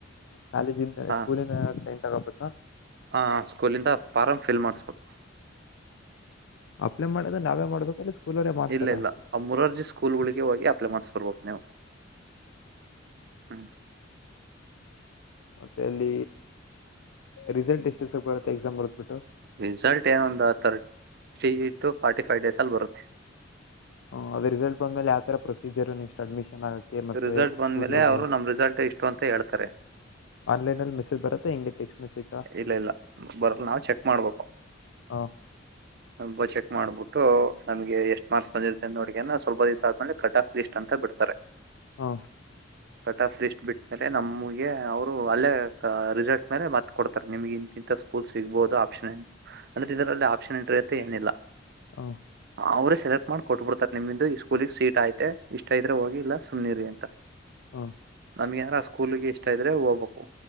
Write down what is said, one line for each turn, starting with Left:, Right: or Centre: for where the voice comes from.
Left: ಕಾಲೇಜಿಂದ
Right: ಹಾ
Left: ಸ್ಕೂಲಿಂದ ಸೈನ್ ತಗೋಬೇಕಾ
Right: ಹ ಸ್ಕೂಲಿಂದ ಪಾರಂ ಫಿಲ್ ಮಾಡಿಸ್ಬೇಕು
Left: ಅಪ್ಲೇ ಮಾಡದ ನಾವೇ ಮಾಡ್ಬೇಕೊ ಇಲ್ಲ. ಸ್ಕೂಲವರೇ ಮಾಡ್ತಾರಾ
Right: ಇಲ್ಲ ಇಲ್ಲ ಆ ಮುರಾರ್ಜಿ ಸ್ಕೂಲ್ಗಳಿಗೆ ಹೋಗಿ ಅಪ್ಲೈ ಮಾಡ್ಸ್ಕರ್ಬೇಕ ನೀವು ಹ್ಮ್
Left: ಮತ್ತೆ ಅಲ್ಲಿ ರಿಸಲ್ಟ್ ಎಷ್ಟು ದಿವಸಕ್ಕೆ ಬರುತ್ತೆ ಎಕ್ಸಾಮ್ ಬರ್ದ್ಬಿಟ್ಟು
Right: ರಿಿಸಲ್ಟ್ ಏನುಂದ ಶ <unintelligible> ಟು ಫಾರ್ಟಿ ಫೈವ್ ಡೇಸ್ ಅಲ್ಲಿ ಬರುತ್ತೆ
Left: ಹ್ಮ್ ರಿಸಲ್ಟ್ ಬಂದ್ಮೇಲೆ ಯಾವ ತರ ಪ್ರೊಸೀಜರು ನೆಕ್ಸ್ಟ್ ಅಡ್ಮಿಷನ್ ಆಗಕ್ಕೆ ಮತ್ತೆ
Right: ರಿಸಲ್ಟ್
Left: ಸ್ಕೂಲ್
Right: ಬಂದ್ಮೇಲೆ ಅವರು
Left: ಹೋ
Right: ನಮ್ ರಿಸಲ್ಟ್ ಇಷ್ಟು ಅಂತ ಹೇಳ್ತಾರೆ
Left: ಆನ್ಲೈನ್ ಅಲ್ಲಿ ಮೆಸೇಜ್ ಬರುತ್ತೆ. ಹಿಂಗೆ ಟೆಕ್ಸ್ಟ್ ಮೆಸೇಜಾ
Right: ಇಲ್ಲ ಇಲ್ಲ ಬರಲ್ಲ ನಾವ್ ಚೆಕ್ ಮಾಡ್ಬೇಕು.
Left: ಹ
Right: ನಂಬರ್ ಚೆಕ್ ಮಾಡ್ಬಿಟ್ಟು. ನಮ್ಗೆ ಎಷ್ಟ ಮಾರ್ಕ್ಸ್ ಬಂದಿರುತ್ತ ಅ ನೋಡ್ಕೊಂಡು ಸ್ವಲ್ಪ ದಿವಸ ಆದ್ಮೇಲೆ ಕಟ್ ಆಫ್ ಲಿಸ್ಟ್ ಅಂತ ಬಿಡ್ತಾರೆ.
Left: ಹ
Right: ಕಟ್ ಆಫ್ ಲಿಸ್ಟ್ ಬಿಟ್ಟ ಮೇಲೆ ನಮಗೆ ಅವ್ರು ಅಲ್ಲೇ ರಿಸಲ್ಟ್ ಮೇಲೆ ಮತ್ತ ಕೊಡ್ತಾರೆ ನಿಮ್ಗೆ ಇಂತಿಂಥ ಸ್ಕೂಲ್ ಸಿಗ್ಬಹುದು ಆಪ್ಷನ್ ಅಂದ್ರೆ ಇದರಲ್ಲಿ ಆಪ್ಷನ್ ಎಂಟ್ರಿ ಅಂತ ಏನಿಲ್ಲ.
Left: ಹೂ
Right: ಅವ್ರೇ ಸೆಲೆಕ್ಟ್ ಮಾಡಿ ಕೊಟ್ಬಿಡ್ತಾರೆ ನಿಮ್ದು ಈ ಸ್ಕೂಲಿಗೆ ಸೀಟ್ ಆಯತೆ ಇಷ್ಟ ಇದ್ರೆ ಹೋಗಿ ಇಲ್ಲ ಸುಮ್ಮ್ರಿ ಅಂತ.
Left: ಹೂ
Right: ನಮ್ಗೆ ಎನಾರ ಸ್ಕೂಲ್ಗೆ ಇಷ್ಟ ಇದ್ರೆ ಹೋಗ್ಬೇಕು.